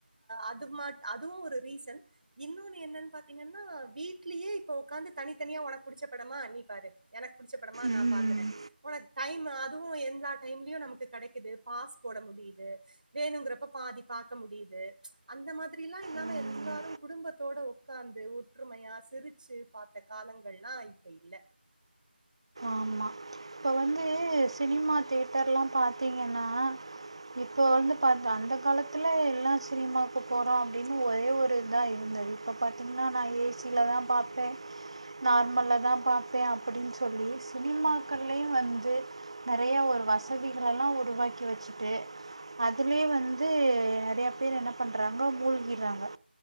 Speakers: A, on the right (about 55°); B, on the right (about 30°).
A: அதுமா அதுவு ஒரு ரீசன் இன்னொன்னு என்னன் பாத்தீங்கன்னா வீட்லியே இப்ப உக்காந்து தனித்தனியா உனக்கு புடிச்ச படமா நீ பாரு எனக்கு புடிச்ச படமா
B: ம்
A: நா பாக்குறே போனா டைம் அதுவு எந்தா டைம்லயு நமக்கு கெடைக்குது பாஸ் போட முடியுது வேணுங்கிறப்ப பாதி பாக்க முடியுது அந்த மாதிரில்லா இல்லாம
B: ம்
A: எல்லாரு குடும்பத்தோட உக்காந்து ஒற்றுமையா சிரிச்சி பாத்த காலங்கல்லா இப்ப இல்ல
B: ஆமா இப்ப வந்து சினிமா தியேட்டர்ல்லா பாத்தீங்கன்னா இப்போ வந்து பாத் அந்த காலத்துல எல்லா சினிமாக்கு போறோ அப்பிடின் ஒரே ஒரு இதா இருந்தது இப்ப பாத்தீங்கன்னா நா ஏசியிலதா பாப்பே நார்மல்லதா பாப்பே அப்பிடின் சொ சொல்லி சினிமாக்கள்லியும் வந்து நெறையா ஒரு வசதிகலெல்லா உருவாக்கி வச்சுட்டு அதிலியு வந்து நெறையா பேர் என்ன பண்ணுறாங்க மூழ்கிறாங்க